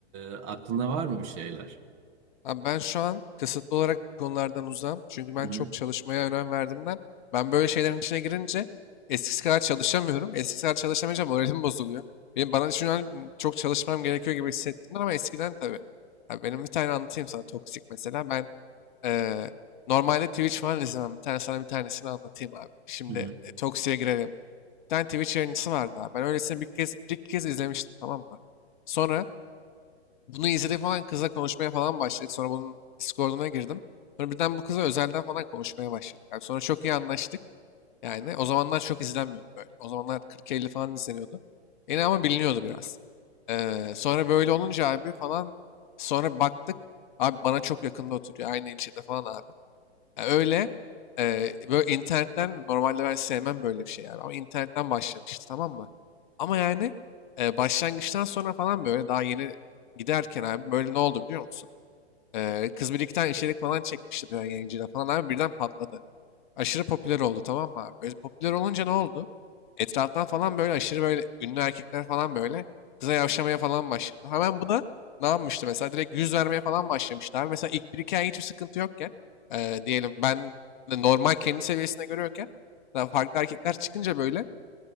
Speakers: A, on the right (about 35°); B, on the left (about 45°).
A: e, aklında var mı bir şeyler?
B: Abi ben şu an kısıtlı olarak bu konulardan uzağım. Çünkü ben
A: Hı hı.
B: çok çalışmaya önem verdiğimden ben böyle şeylerin içine girince eskisi kadar çalışamıyorum. Eskisi kadar çalışamayınca moralim bozuluyor. Benim bana şu an çok çalışmam gerekiyor gibi hissettim ama eskiden tabii. Abi benim bir tane anlatayım sana toksik mesela. Ben eee, normalde Twitch falan izlemem. Bir tane sana bir tanesini anlatayım abi. Şimdi
A: Hı hı.
B: e, toksiğe girelim. tane Twitch yayıncısı vardı abi. Ben öylesine bir kez, bir iki kez izlemiştim tamam mı? Sonra bunu izledik falan kızla konuşmaya falan başladık. Sonra bunun Discord'una girdim. Sonra birden bu kıza özelden falan konuşmaya başladık. Abi sonra çok iyi anlaştık. Yani o zamanlar çok izlenmiyordu böyle. O zamanlar 40-50 falan izleniyordu. Yine ama biliniyordu biraz. Ee, sonra böyle olunca abi falan sonra baktık. Abi bana çok yakında oturuyor. Aynı ilçede falan abi. Ya Öyle eee, böyle internetten normalde ben sevmem böyle bir şey yani ama internetten başlamıştı tamam mı? Ama yani eee, başlangıçtan sonra falan böyle daha yeni giderken abi böyle ne oldu biliyor musun? Eee, Kız Birlik'ten içerik falan çekmişti bir yayıncıyla falan abi birden patladı. Aşırı popüler oldu tamam mı abi? Böyle popüler olunca ne oldu? Etraftan falan böyle aşırı böyle ünlü erkekler falan böyle kıza yavşamaya falan başladı. Hemen bu da ne yapmıştı mesela? Direkt yüz vermeye falan başlamıştı abi. Mesela ilk bir iki ay hiçbir sıkıntı yokken e, diyelim ben de normal kendi seviyesine görüyorken daha farklı erkekler çıkınca böyle